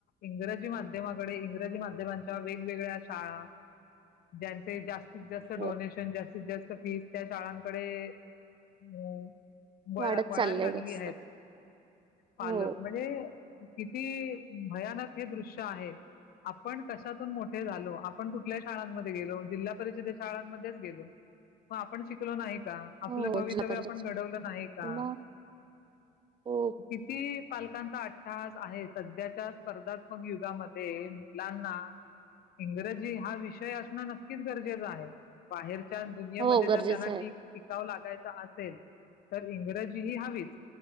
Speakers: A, on the left; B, on the right.
A: इंग्रजी माध्य माध्यमाकडे इंग्रजी माध्यमांच्या वेगवेगळ्या. शाळा ज्यांचे जास्त. जात जास्त
B: हो
A: डोनेशन जास्तीत जास्त. फीस त्या शाळांकडे अ. वळा
B: वाढत
A: वळायला
B: चाललंय
A: लागली
B: जास्त
A: आहेत, पालक
B: हो
A: म्हणजे किती भयानक हे दृश्य आहे आपण. कशातून मोठे झालो. आपण कुठल्या शाळमध्ये गेलो जिल शाळांमध्येच गेलो मग आपण शिकलो नाही. आपलं
B: हो
A: भवितव्य
B: जिल्हा परिषद
A: आपण घडवलं नाही का,
B: मग हो
A: किती पाल कांचा अठ्ठास आहे, सध्याच्या स्पर्धात्मक युगामध्ये मुलांना. इंग्रजी हा विषय असणं नक्कीच गरजेचं आहे बाहेर. दुनियामध्ये
B: हो गरजेचं
A: ज त्यांना
B: आहे
A: टिकावं लागत. अस तर इंग्रजी ह हच